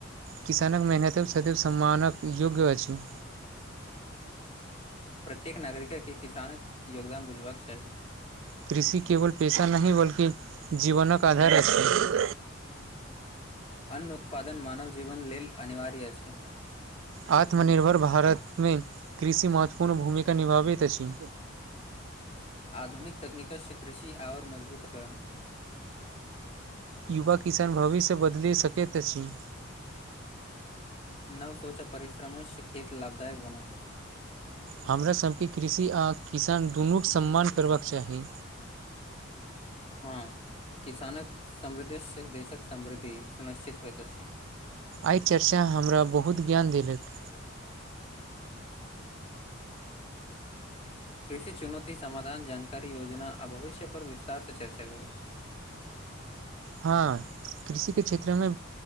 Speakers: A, on the right; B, on the left.
A: किसानक मेहनत सदैव सम्मानक योग्य अछि
B: प्रत्येक नागरिक के किसान योगदान बुझबाक चाही
A: कृषि केवल पेशा नहि बल्कि जीवनक आधार अछि
B: अन्न उत्पादन मानव जीवन लेल अनिवार्य अछि
A: आत्मनिर्भर भारतमे कृषि महत्वपूर्ण भूमिका निभाबैत अछि
B: आधुनिक तकनीको से कृषि आओर मजबूत र
A: युवा किसान भविष्य बदलि सकैत अछि
B: नव सोच परिश्रम खेत लाभदायक बनत
A: हमराासके कृषि आ किसान दुनूके सम्मान करबाक चाही
B: हँ किसानक समृद्ध देशक समृद्धि सुनिश्चित होइत अछि
A: एहि चर्चा हमरा बहुत ज्ञान देलक
B: <inaudible> कृषि चुनौती समाधान जानकारी योजना आ भविष्य पर विस्तार से चर्चा करू
A: हँ कृषिे क्षेत्रमे